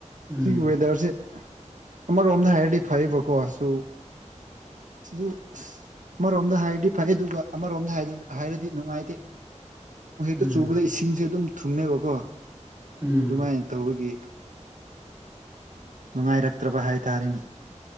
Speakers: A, on the right (about 20°); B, on the right (about 80°).
A: ꯎꯝ
B: ꯁꯤꯒꯤ ꯋꯦꯗꯔꯁꯦ ꯑꯃ ꯔꯣꯝꯙꯥꯏꯗꯤ ꯐꯥꯏꯕ ꯀꯣ ꯑꯁꯨꯣ ꯑ ꯑꯃꯔꯣꯝꯗ ꯍꯥꯏꯔꯗꯤ ꯐꯩ ꯑꯗꯨꯒ ꯑꯃꯔꯣꯝꯗ ꯍꯥꯏꯔꯗꯤ ꯅꯨꯡꯉꯥꯏꯇꯦ ꯅ ꯍꯦꯛꯇ
A: ꯎꯝ
B: ꯆꯨꯕꯗ ꯏꯁꯤꯡꯁꯦ ꯑꯗꯨꯝ ꯊꯨꯝꯃꯦꯕꯀꯣ ꯑꯗꯨꯃꯥꯏꯅ
A: ꯎꯝ
B: ꯇꯧꯕꯒꯤ ꯅꯨꯡꯉꯥꯏꯔꯛꯇ꯭ꯔꯕ ꯍꯥꯏꯇꯥꯔꯦꯅꯤ